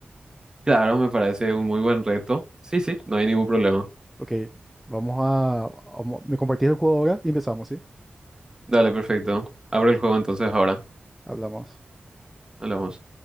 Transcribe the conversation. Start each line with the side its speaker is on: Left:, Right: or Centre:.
Right: Claro, me parece un muy buen reto. Sí, sí, no hay ningún problema.
Centre: Ok, vamos a... vamos- me compartís el juego ahora y empezamos, ¿sí?
Right: Dale, perfecto. Abro el juego entonces ahora.
Centre: Hablamos.
Right: Hablamos.